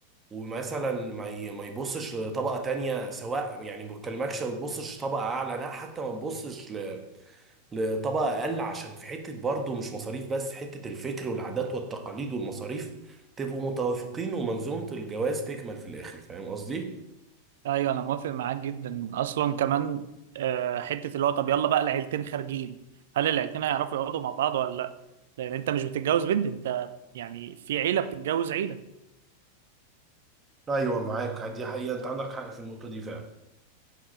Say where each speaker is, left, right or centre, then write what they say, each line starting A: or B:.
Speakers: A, on the right; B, on the right.
A: ومثلا ما ي... ما يبصش لطبقة تانية سواء يعني ما بكلمكش ما تبصش لطبقة أعلى لا حتى ما تبصش لطبقة أقل عشان في حتة برضه مش مصاريف بس حتة الفكر والعادات والتقاليد والمصاريف تبقوا متوافقين ومنظومة الجواز تكمل في الآخر فاهم قصدي؟
B: ايوه انا موافق معاك جدا اصلا كمان آه، حتة اللي هو طب يلا بقى العيلتين خارجين هل العيلتين هيعرفوا يقعدوا مع بعض ولا لا لان انت مش بتتجوز بنت انت يعني في عيلة بتتجوز عيلة
A: ايوه معاك دي حقيقه انت عندك حق في النقطه دي فعلا